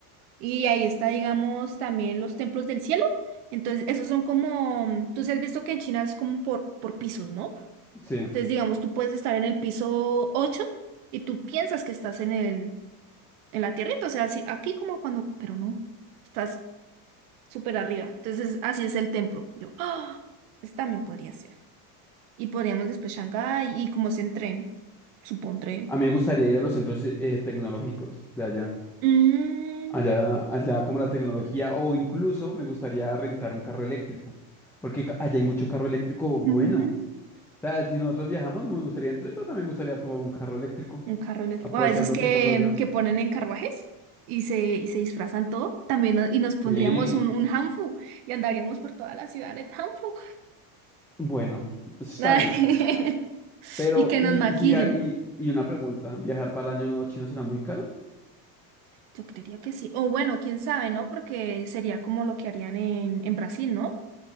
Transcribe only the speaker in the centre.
sí.
A mí me gustaría ir a los centros eh, tecnológicos de allá.
Allá, allá como la tecnología, o incluso me gustaría rentar un carro eléctrico, porque ca- allá hay mucho carro eléctrico bueno.
O sea, si nosotros viajamos, me gustaría entrar, pero también me gustaría probar un carro eléctrico,
aprovechando
que estamos allá.
Sí,
bueno, eso está
bien. Pero,
y,
y si via- y, y una pregunta, ¿viajar para el año nuevo chino será muy caro?